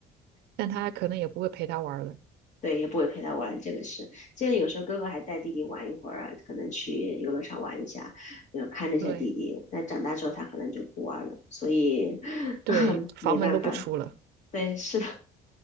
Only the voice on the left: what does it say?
对，也不会陪他玩，这个是。这个有时候哥哥还带弟弟玩一会儿啊，可能去游乐场玩一下，呃，看着一下弟弟。
但长大之后他可能就不玩了，所以 <laughs>
没办法。对，是的。